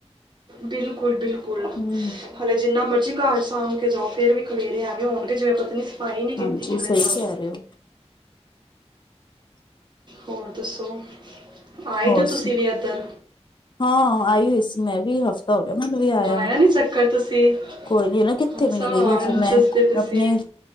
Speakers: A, on the right (about 40°); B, on the left (about 40°).
A: ਬਿਲਕੁਲ-ਬਿਲਕੁਲ।
B: ਹਮ
A: ਹਲੇ ਜਿੰਨਾ ਮਰਜ਼ੀ ਘਰ ਸਾਂਭ ਕੇ ਜਾਓ ਫੇਰ ਵੀ ਖਲੇਰੇ ਐਵੇਂ ਹੋਣਗੇ ਜਿਵੇਂ ਪਤਾ ਨੀ ਸਫ਼ਾਈ ਨੀ
B: ਹਾਂਜੀ
A: ਕੀਤੀ ਕਿੰਨੇ
B: ਸਹੀ
A: ਦਿਨਾਂ
B: ਕਹਿ
A: ਤੋਂ।
B: ਰਹੇ ਹੋ
A: ਹੋਰ ਦੱਸੋ। ਆਏ
B: ਹੋਰ
A: ਤੇ
B: ਸੁਨਾਓ,
A: ਤੁਸੀਂ ਵੀ ਇੱਧਰ
B: ਹਾਂ ਆਈ ਹੋਈ ਸੀ ਮੈਂ ਵੀ ਹਫ ਤਾ ਹੋ ਗਿਆ ਮੈਨੂੰ ਵੀ ਆਇਆ।
A: ਲਾਇਆ ਨਹੀਂ ਚੱਕਰ ਤੁਸੀਂ
B: ਕੋਈ ਨੀ ਨਾ ਕਿੱਥੇ
A: ਅੱਛਾ
B: ਵੀ ਨੀ ਗਈ ਹਜੇ
A: ਮੈਨੂੰ
B: ਮੈਂ,
A: ਦੱਸਦੇ
B: ਮੈਂ
A: ਤੁਸੀਂ
B: ਅਪਣੇ